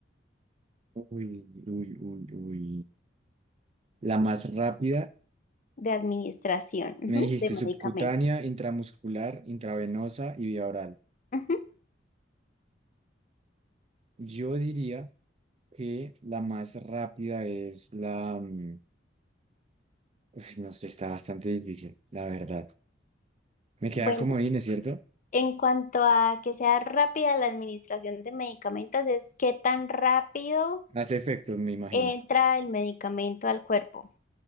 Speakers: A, on the right; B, on the left.
A: Uy, uy, uy, uy. La más rápida,
B: de administración ujú,
A: me dijiste
B: de
A: subcutánea,
B: medicamentos.
A: intramuscular, intravenosa y vía oral.
B: Ujú.
A: Yo diría que la más rápida es la... mm, Uf, no sé, está bastante difícil, la verdad. Me queda
B: Bueno,
A: como es ¿cierto?
B: en cuanto a que sea rápida la administración de medicamentos, es qué tan rápido
A: Hace efecto, me imagino.
B: entra el medicamento al cuerpo.